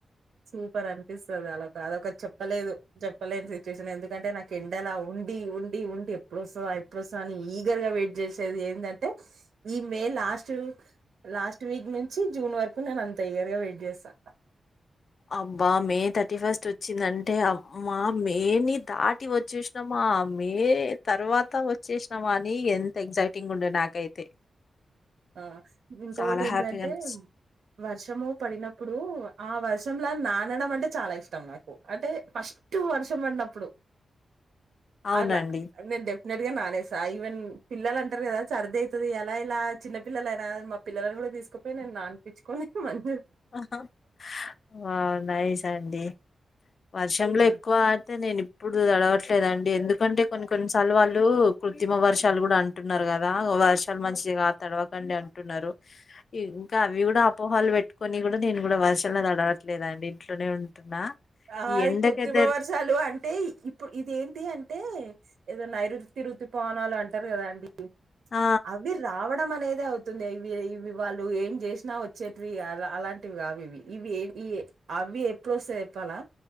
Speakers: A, on the right; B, on the left.
A: సూపర్ అనిపిస్తది అలా అదొక చెప్పలేదు చెప్పలేని సిచ్యుయేషన్ ఎందుకంటే నాకు ఎండలా ఉండి డి ఉండి ఉండి ఎప్పుడొస్తదా ఎప్పుడొస్తదా అని ఈగర్ గా వెయిట్ చేసేది ఏందంటే ఈ మేల్ లాస్టు లాస్ట్ వీక్ నుంచి జూన్ వరకు నేను అంత ఈగరుగా వెయిట్ చేస్తా
B: అబ్బా మే థర్టీ ఫస్ట్ వచ్చిందంటే అమ్మా మే నే దాటి వచ్చేసినామా ఆ మే తర్వాత వచ్చేసినాం అని ఎంత ఎగ్జైటింగ్ ఉండే నాకైతే
A: ఆ ఇంకొకటి
B: చాలా
A: ఏంటిదంటే
B: హ్యాపీగా అనిపిచ్చి
A: వర్షము పడినప్పుడు ఆ వర్షం ర్షంలా నానడం అంటే చాలా ఇష్టం నాకు అంటే ఫస్ట్ వర్షం పడినప్పుడు
B: అవునండి.
A: అలా నింటే చిన్నటిగా నానేసా ఈవెన్ పిల్లలు అంటారు కదా సర్ది అయితది ఎలా ఇలా చిన్న పిల్లలైనా గాని మా పిల్లని కూడా తీసుకుపోయి నేను నాన్పిచ్చుకొని మం
B: ఆ హా వావ్ నైస్ అండి వర్షంలో
A: ఆ
B: ఎక్కువ ఆడితే నేను ఇప్పుడు తలవట్లేదండి ఎందుకంటే కొన్ని కొన్నిసార్లు వాళ్ళు కృత్రిమ వర్షాలు కూడా అంటున్నారు కదా వర్షాలు మంచిగా తడవకండి అంటున్నారు ఇంకా అవి కూడా అపోహలు పెట్టుకొని కూడా నేను కూడా వర్షంలో తడవట్లేదు ఇంట్లోనే ఉంటున్నా
A: అయ్
B: ఈ ఎండకైతే
A: కూతిమ వర్షాలు అంటే ఇప్పుడు ఇదేంటి అంటే ఏదో నైరుతి ఋతుపవనాలు అంటారు కదా అండి
B: ఆ!
A: అవి రావ నమనేదే అవుతుందె ఇవి ఇవి వాళ్ళు ఏం చేసినా వచ్చేటివి అలాంటివి కావి ఇవి ఇవి ఏ ఈ ఏ అవి ఎప్పుడు వస్తాయ్ చెప్పాలా